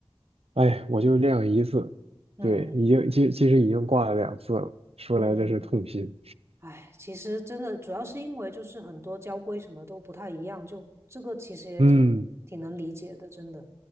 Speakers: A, on the right; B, on the right.
A: 哎，我就练了一次，
B: 嗯
A: 对，已经其其实已经挂了两次了，说来这是痛心。
B: 嗯，哎，其实真的主要是因为就是很多交规什么都不太一样，就这个其实也挺挺能理解的，
A: 嗯
B: 真的。